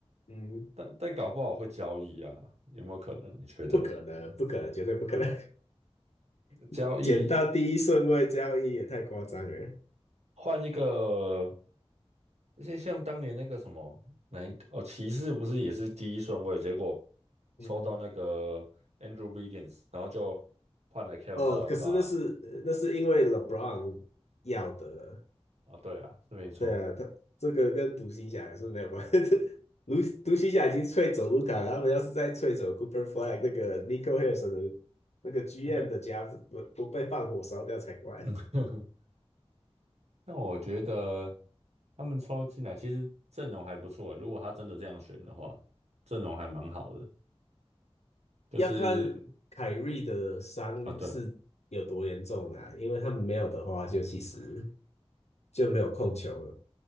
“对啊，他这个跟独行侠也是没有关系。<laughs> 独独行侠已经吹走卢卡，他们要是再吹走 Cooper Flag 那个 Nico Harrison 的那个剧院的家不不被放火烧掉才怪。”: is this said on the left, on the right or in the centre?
Left